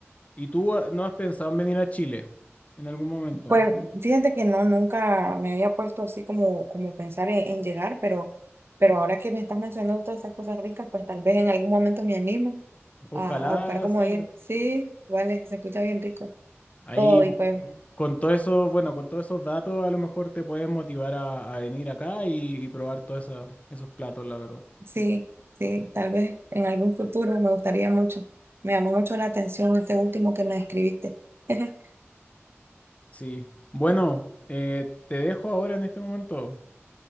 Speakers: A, on the left; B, on the right.
A: ¿Y tú ah, no has pensado en venir a Chile en algún momento?
B: Pues fíjate que no, nunca me había puesto así como, como pensar en, en llegar, pero, pero ahora que me estás mencionando todas esas cosas ricas, pues tal vez en algún momento me animo
A: Ojalá
B: a, a buscar como
A: salga.
B: ir. Sí, vale, se escucha bien rico.
A: Ahí,
B: Todo
A: bu-
B: y pues.
A: con todo eso, bueno, con todos esos datos, a lo mejor te puedes motivar a, a venir acá y, y probar todos esos platos, la verdad.
B: Sí,
A: Sí.
B: sí, tal vez en algún futuro me gustaría mucho. Me llamó mucho la atención este último que me escribiste. <laughs>
A: Sí. Bueno, eh, te dejo ahora en este momento.